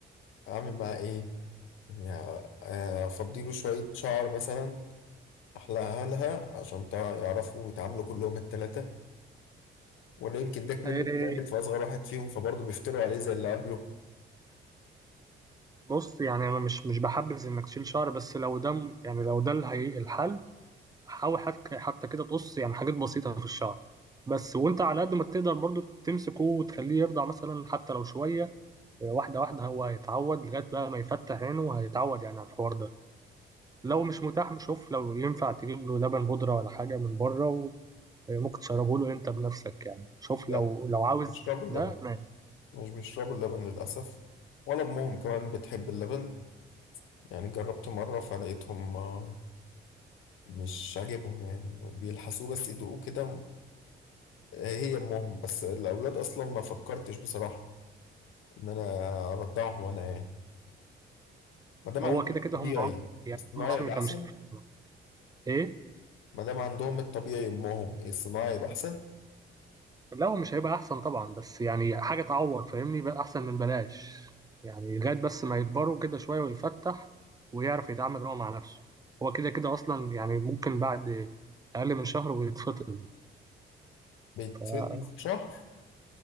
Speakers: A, on the left (about 85°); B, on the right (about 20°).
A: اعمل معاه ايه يعني آه، افضيله شوية شعر مثلا احلقها لها عشان تع- يعرفوا يتعاملوا كلهم التلاتة ولا يمكن داك منه
B: ايه
A: التالت فاصغر واحد فيهم فبرضه بيفتروا عليه زي اللي قبله
B: بص يعني انا مش مش بحبذ انك تشيل شعر بس لو ده م- يعني لو ده الهي- الحل حاول حتى حتى كده تقص يعني حاجات بسيطة في الشعر بس وانت على قد ما تقدر برضو تمسكه وتخليه يرضع مثلا حتى لو شوية آه، واحدة واحدة هو هيتعود لغاية بقى ما يفتح عينه وهيتعود يعني على الحوار ده لو مش متاح شوف لو ينفع تجيب له لبن بودرة ولا حاجة من بره وممكن تشربه له انت بنفسك يعني شوف
A: لا
B: لو لو عاوز
A: بيشربوا اللبن
B: ده ماشي
A: مش بيشربوا اللبن للأسف ولا أمهم كمان بتحب اللبن يعني جربت مرة فلقيتهم آه، مش عاجبهم يعني بيلحسوه بس يدوقوه كده آه، هي أمهم بس الأولاد أصلا ما فكرتش بصراحة إن أنا أرضعهم أنا يعني ما دام
B: هو
A: عندهم
B: كده كده
A: الطبيعي
B: هم عمي يعني
A: الصناعي
B: هم عمي
A: يبقى
B: فمش
A: احسن
B: هيفرق. ايه
A: ما دام عندهم الطبيعي امهم الصناعي يبقى احسن
B: لا هو مش هيبقى احسن طبعا بس يعني حاجه تعوض فاهمني بقى احسن من بلاش يعني لغايه بس ما يكبروا كده شويه ويفتح ويعرف يتعامل هو مع نفسه هو كده كده اصلا يعني ممكن بعد اقل من شهر ويتفطم
A: بيتسد
B: ف
A: في شهر